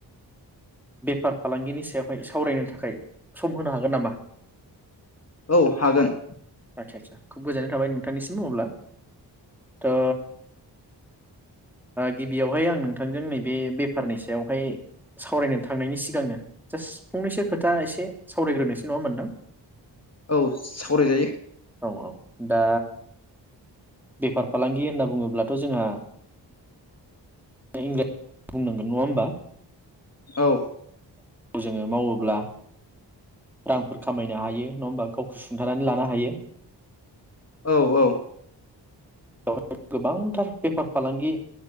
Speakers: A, in the centre; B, on the left.
A: बेफार फालांगिनि सायावहाय सावरायनो थाखाय सम होनो हागोन नामा?
B: औ हागोन
A: आदसा आदसा खुब गोजोननाय थाबाय नोंथांनिसिम अब्ला थ ओ गिबियावहाय आं नोंथांजों नैबे बेफारनि सायावहाय सावरायनो थांनायनि सिगांनो जास्ट फंनैसो खोथा एसे सावरायग्रोनोसै नङा होनबा नोंथां
B: औ सावरायजायो
A: औ दा बेफार फालांगि होनना बुङोब्लाथ जोंहा इंराजि बुंनांगोन नङा होमबा
B: औ
A: जोङो मावोब्ला रांफोर खामायनो हायो नङा होमबा गावखौ सुंथानानै लानो हायो
B: औ औ
A: वहाय गोबांथार बेफार फालांगि